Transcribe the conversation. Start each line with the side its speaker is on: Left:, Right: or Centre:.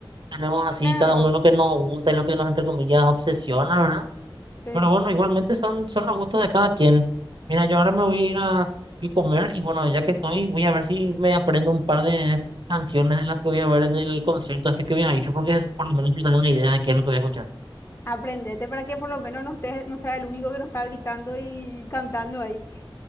Right: tenemos así
Left: claro,
Right: cada uno lo que nos gusta y lo que nos, entre comillas, obsesiona, ¿verdad?
Left: sí.
Right: Pero bueno, igualmente son, son los gustos de cada quien. Mira, yo ahora me voy a ir a, a comer y bueno, ya que estoy, voy a ver si me aprendo un par de canciones de las que voy a ver en el concierto este que voy a ir, porque es por lo menos tengo una idea de qué es lo que voy a escuchar.
Left: Aprendete para que por lo menos no estés, no sea el único que no está gritando y cantando ahí.